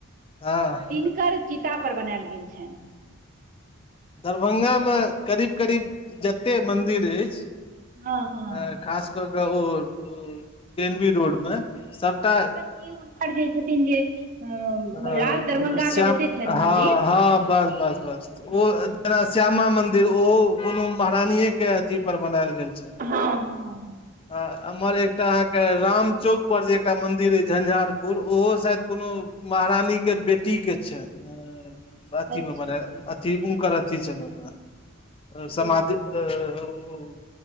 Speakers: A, on the left; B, on the right.
A: हँ
B: तिनकर चीता पर बनैल गेल छनि।
A: दरभंगामे करीब-करीब जते मन्दिर अइछ।
B: हँ हँ
A: आर खास कऽ कऽ ओ ओ पी एन बी रोड मे सबटा
B: की हुनकर जे छथिन जे अ
A: ह
B: राज
A: ओ
B: दरभंगा
A: श्यम
B: के जते छनि
A: हँ-हँ
B: मंदिर
A: बस-बस-बस ओ
B: हँ
A: एना श्यामा मंदिर ओहो कोनो महारानीेये के अथी पर बनल गेल छल
B: हँ हँ
A: आ अहमर एकटा अहाँके रामचौक पर जे एकटा मन्दिर अइछ झंझारपुर ओहो शायद कोनो महारानी के बेटी के छैन आ अथी
B: अच्छा
A: मे बनै आ थी ऊनकर अथी छ ने ओहिमे समाधि
B: ओ
A: आ ऊ